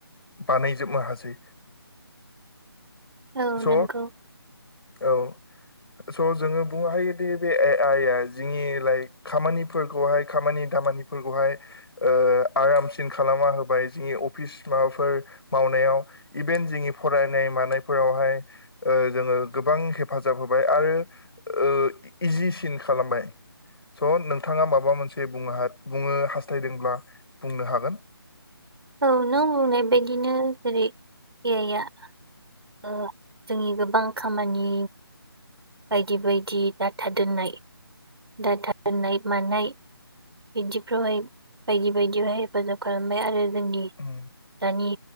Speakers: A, on the left; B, on the right.
A: बानायजोबनो हासै। स'
B: औ नंगौ
A: औ स' जोङो बुंनो हायोदि बे ए आइ जोंनि लाइक खामानिफोरखौहाय खामानि दामानिफोरखौहाय ओ आरामसिन खालामना होबाय जोंनि अफिस माबाफोर मावनायाव इभेन जोंनि फराय नाय मानायफोरावहाय ओ जोङो गोबां हेफाजाब होबाय आरो ओ इजिसिन खालामबाय स' नोंथाङा माबा मोनसे बुंङो बुंङो हास्थायदोंब्ला बुंनो हागोन।
B: औ नों बुंनाय बायदिनो जेरै ए आइया ओ जोंनि गोबां खामानि बायदि बायदि डाटा दोननाय दाथा दोनाय मानाय बिदिफ्रावहाय बायदि बायदियावहाय हेफाजाब खालामबाय आरो जोंनि
A: उम
B: दानि